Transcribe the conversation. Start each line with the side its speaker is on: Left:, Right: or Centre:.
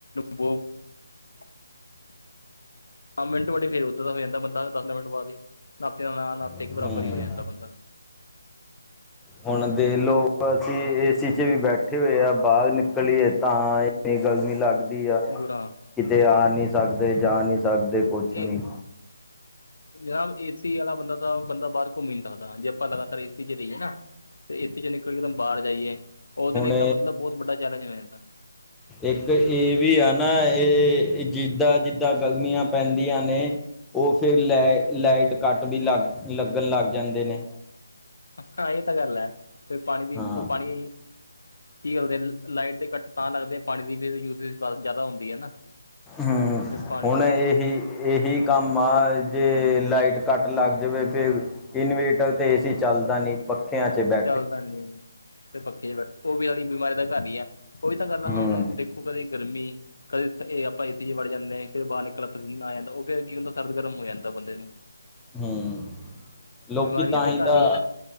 Left: ਬੋ। <inaudible> ਹਾਂ ਮਿੰਟ ਵਡੇ ਫਿਰ ਉੱਧਰ ਦਾ ਹੋ ਜਾਂਦਾ, ਬੰਦਾ ਦਸ ਮਿੰਟ ਬਾਅਦ ਹੀ, ਨਾਤੇ ਦਾ ਨਾ ਨਾਤੇ
Centre: ਹੂੰ
Left: ਇੱਕ ਬਰਾਬਰ ਹੀ ਹੋ ਜਾਂਦਾ ਬੰਦਾ।
Centre: ਹੁਣ ਦੇ ਲੋਕ ਅਸੀਂ ਏਸੀ ਚ ਵੀ ਬੈਠੇ ਹੋਏ ਆ ਬਾਹਰ ਨਿਕ। ਨਿਕਲੀਏ, ਤਾਂ ਇੰਨੀ ਗਰਮੀ ਲੱਗਦੀ ਆ।
Left: ਬੁਰਆਂ।
Centre: ਕਿਤੇ ਆ ਨਹੀਂ ਸਕਦੇ ਜਾ ਨਹੀਂ ਸਕਦੇ ਕੁਛ
Left: ਇਹ
Centre: ਨਹੀਂ।
Left: ਜਨਾਬ ਏਸੀ ਵਾਲਾ ਬੰਦਾ, ਤਾਂ ਬੰਦਾ ਬਾਹਰ ਘੁੰਮੀ ਨੀ ਸਕਦਾ, ਜੇ ਆਪਾਂ ਲਗਾਤਾਰ ਏ। ਏਸੀ ਚ ਰਹੀਏ ਨਾ ਤੇ ਏਸੀ ਚ ਨਿਕਲ ਕੇ ਦਮ ਬਾਹਰ ਜਾਈਏ, ਉਹਦੇ
Centre: ਹੁਣ
Left: ਲਈ ਤਾਂ ਮਤਲਬ ਬਹੁਤ ਵੱਡਾ ਚੈਲੇਂਜ ਹੋ ਜਾਂਦਾ।
Centre: ਇੱਕ ਇਹ ਵੀ ਆ ਨਾ ਇਹ ਜਿੱਦਾਂ -ਜਿੱਦਾਂ ਗਰਮੀਆਂ ਪੈਂਦੀਆਂ ਨੇ। ਉਹ ਫਿਰ ਲੈਟ ਲਾਈਟ
Left: ਜੀ।
Centre: ਕੱਟ ਵੀ ਲੱਗ ਲੱਗਣ ਲੱਗ ਜਾਂਦੇ ਨੇ।
Left: ਹਾਂ ਇਹ ਤਾਂ ਗੱਲ ਆ, ਫਿਰ ਪਾਣੀ ਦੀ
Centre: ਹਾਂ
Left: ਉਹ ਪਾਣੀ। ਕੀ ਕਰਦੇ ਨੇ ਲਾਈਟ ਦੇ ਕੱਟ ਤਾਂ ਲੱਗਦੇ ਪਾਣੀ ਦੀ ਫਿਰ ਯੂਜੇਜ ਜ਼ਿਆਦਾ ਹੁੰਦੀ ਆ ਨਾ।
Centre: ਹੂੰਮ
Left: ਤੇ ਪਾਣੀ
Centre: ਹੁਣ ਇਹੇ। ਇਹੀ ਕੰਮ ਆ ਜੇ ਲਾਈਟ ਕੱਟ ਲੱਗ ਜਾਵੇ, ਫਿਰ। ਇਨਵੇਟਰ ਤੇ ਏਸੀ ਚੱਲਦਾ ਨੀ। ਪੱਖਿਆਂ 'ਚ ਬੈ
Left: ਚੱਲ ਤਾਂ ਨੀ <inaudible> ਤੇ ਪੱਖੇ ਚ ਬੈਠ ਉਹ ਵੀ ਹੈ ਤਾਂ ਬਿਮਾਰੀ ਦਾ ਘਰ ਹੀ ਆ। ਉਹੀ ਤਾਂ ਗੱਲ਼ ਆ,
Centre: ਹੂੰ
Left: ਹੁਣ ਦੇਖੋ ਕਦੇ। ਗਰਮੀ ਕਦੇ ਤੇ ਇਹ ਆਪਾਂ ਏਸੀ ਚ ਵੜ ਜਾਨੇ ਆ ਕਦੇ ਬਾਹਰ ਨਿਕਲ ਪਸੀਨਾ ਆ ਜਾਂਦਾ। ਉਹ ਫਿਰ ਕੀ ਹੁੰਦਾ, ਸਰਦ ਗਰਮ ਹੋ ਜਾਂਦਾ ਬੰਦੇ ਨੂੰ।
Centre: ਹੁੰਮ, ਲੋਕੀ
Left: ਬਿਮਾਰੀਆਂ
Centre: ਤਾਂ
Left: ਦੇ
Centre: ਹੀ
Left: ਘਰ
Centre: ਤਾਂ।
Left: ਹੈ ਵੈਸੇ